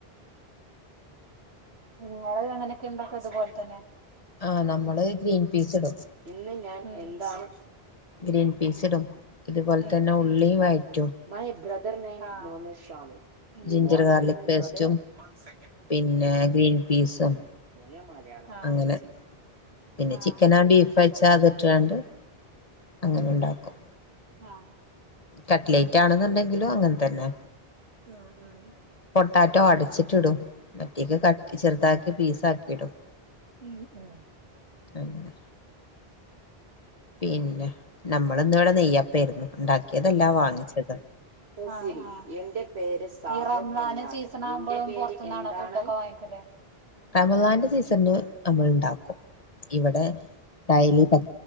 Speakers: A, on the right; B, on the left.
A: നിങ്ങള് അങ്ങനൊക്കെ ഉണ്ടക്കെ ഇതുപോലെ തന്നെ
B: ആ നമ്മള് ഗ്രീൻ പീസ് ഇടും
A: ഇന്ന് ഞാൻ ഉം എന്താണ്
B: ഗ്രീൻ പീസിടും ഇതുപോലെ
A: ഉം
B: തന്നെ
A: ഉം
B: ഉള്ളി വയറ്റും
A: മൈ ബ്രദർ നൈം അ മുഹമ്മദ്‌ ശമി ഉം you
B: ginger
A: വൻട്
B: garlic
A: to my
B: പേസ്റ്റും
A: brother വൺ സക്കാന്റ്
B: പിന്നെ ഗ്രീൻ പീസും ഇ
A: ഞാൻ മലയാളം ആഹ്
B: അങ്ങനെ പിന്നെ
A: ആഹ്
B: ചിക്കന ബീഫ ച്ചാ അതി ട്ടാണ്ട് അങ്ങനെ ഉണ്ടാക്കും
A: അ
B: കട്ലൈറ്റ് ആണെന്നുണ്ടെങ്കിലും അങ്ങനത്തെന്നെ
A: അ അ <unintelligible>
B: താറ്റോ അടച്ചിട്ടിടും മറ്റേക്ക് ക ചെറുതാക്കി പീസ ആക്കി ഇടും
A: ഇ അ
B: അങ്ങനെ പിന്നെ നമ്മൾ ഇന്ന് ഇവിടെ നെയ്യപ്പായരുന്നു ഇതല്ലാ വാങ്ങിച്ചതാ
A: അ അ എന്റെ പേര് സാബി നസ്രിരി ഇ റമദാനിന്റെ സീസനാവുമ്പോ എന്റെ പേര് <unintelligible> നാടൻ ഫുഡ് ഒക്കെ വാങ്ങിക്കൂടെ
B: റമളിന്റെ സീസണ് നമ്മൾ ഉണ്ടാക്കും ഇവിടെ ഡയലി പ